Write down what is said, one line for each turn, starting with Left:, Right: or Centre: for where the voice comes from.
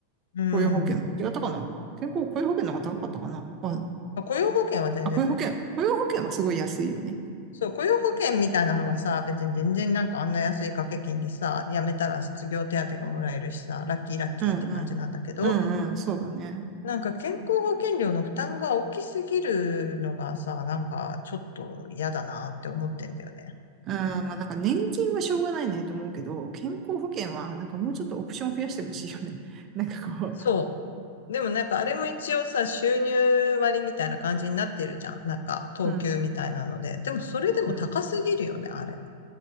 Left: うん。
Right: 雇用保険も。違ったかな健康、雇用保険の方が高かったかなまあ、
Left: 雇用保険は全然だよ。
Right: あ、雇用保険、雇用保険はすごい安いよね。
Left: そう、雇用保険みたいなのはさ、別に全然なんかあんな安い掛け金でさ、辞めたら失業手当がもらえるしさ、ラッキーラッキーって感じなんだけど、
Right: うんうん。うんうん、そうだね。
Left: なんか健康保険料の負担が大きすぎるのがさ、なんかちょっと嫌だなって思ってんだよね。
Right: うん、まあなんか年金はしょうがないねと思うけど、健康保険はなんかもうちょっとオプション増やしてほしいよね。<laughs> なんかこ
Left: そう。でもなんかあれも一応さ、収入割みたいな感じになってるじゃん。なんか、等級みたいなので。
Right: う、うん、
Left: でもそれでも高すぎるよね、
Right: うん。
Left: あれ。